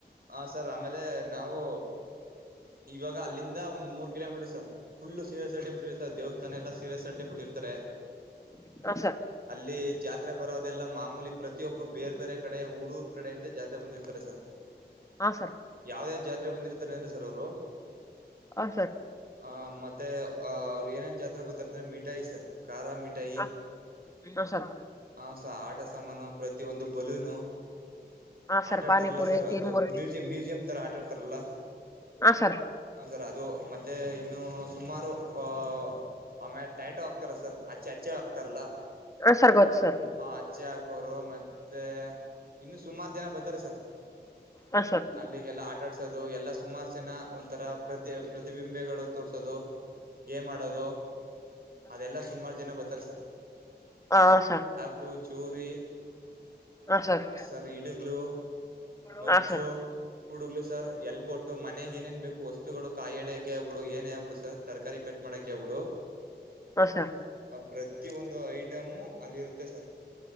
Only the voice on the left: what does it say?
ಸರ್
ಹಾ ಸರ್
ಅ ಸರ
ಹಾ ಸರ್ ಹಾ ಸರ್
ಹಾ ಸರ್
ಪಾನಿಪುರಿ
ಚೀರ್ಮುರಿ
ಹಾ ಸರ್
ಹ ಸರ ಗೊತ್ತು ಸರ್
ಹಾ ಸರ್
ಹ ಸರ
ಸರ್
ಹಾ ಸರ್
ಅ ಸರ